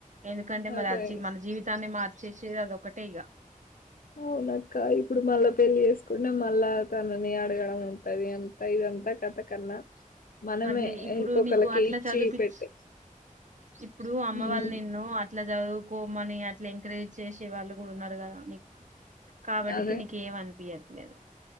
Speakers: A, on the right (about 60°); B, on the left (about 85°).
A: ఎందుకంటే
B: అదే
A: మరి మన జీవితాన్ని చేసేది ఏడు ఒకటె ఇగ
B: అవున అక్కయి ఇప్పుడు మళ్ళా పెళ్ళి చేేసుకుంటే మళ్ళా నని ఆడుగా ఉతాది అంత ఇదంతా కథ కన్నా మనమే
A: మరి ఇప్పుడు
B: ఇంకొకరికి
A: నీకు అట్లా
B: ఇచ్చి
A: చదివుపిచ్చ
B: పెట్టే
A: ఇప్పుడు అమ్మ
B: ఉమ్
A: వాళ్ళ నిన్ను అట్లా చదువుకో మని అట్లా ఎంకరేజ్ చేసే వాళ్ళు కూడా ఉన్నారు కదా నీకు కాబట్టికి
B: అదే
A: నీకేం అనిపించట్లేదు